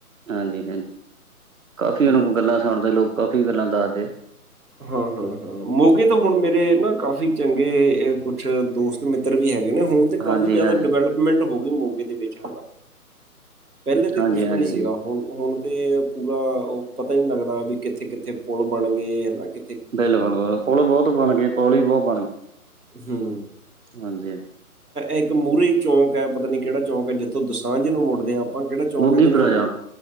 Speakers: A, on the right; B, on the right.
A: ਹਾਂਜੀ-ਹਾਂਜੀ, ਕਾਫੀ
B: ਹੂੰ,
A: ਔਨੂੰ ਗੱਲਾ ਸੁਣਦੇ ਲੋਕ ਕਾਫੀ ਗੱਲਾਂ ਦੱਸਦੇ ਆ।
B: ਹਾਂ-ਹਾਂ-ਹਾਂ ਮੋਗੇ ਤੋ ਹੁਣ ਮੇਰੇ ਨਾ ਕਾਫੀ ਚੰਗੇ ਕੁਛ ਦੋਸਤ ਮਿੱਤਰ ਵੀ ਹੈਗੇ ਨੇ ਹੁਣ ਤੇ ਕਾਫੀ
A: ਹਾਂਜੀ-ਹਾਂਜੀ
B: ਜ਼ਿਆਦਾ ਡਿਵੈਲਪਮੈਂਟ ਹੋ ਗਏ ਮੋਗੇ ਦੇ ਵਿੱਚ ਹਨਾ ਪਹਿਲੇ ਤੇ
A: ਹਾਂਜੀ-ਹਾਂਜੀ,
B: ਕੁਛ ਵੀ ਨੀ ਸੀਗਾ। ਹੁਣ ਹੁਣ ਤੇ ਪੂਰਾ ਉਹ ਪਤਾ ਈ ਨੀ ਲੱਗਦਾ ਵੀ ਕਿੱਥੇ ਕਿੱਥੇ ਪੁਲ ਬਣ ਗਏ ਹਨਾ ਕਿ
A: ਬਿਲਕੁਲ ਪੁਲ ਬੋਤ ਬਣ ਗਏ ਪੁਲ ਈ ਬੋਤ ਬਣ ਗਏ।
B: ਹੂੰ,
A: ਹਾਜੀ,
B: ਇੱਕ ਮੂਹਰੇ ਚੌਕ ਆ ਪਤਾ ਨੀ ਕਿਹੜਾ ਚੌਕ ਆ ਜਿੱਥੋ ਦੁਸਾਝ ਨੂੰ ਮੁੜਦੇ ਆ ਆਪਾ ਆਪਾ ਕਿਹੜਾ ਚੌਕ
A: ਗੁੱਗੀ
B: ਕਹਿੰਦੇ ਨੇ
A: ਪ੍ਰਜਾ
B: ਉਹਨੂੰ,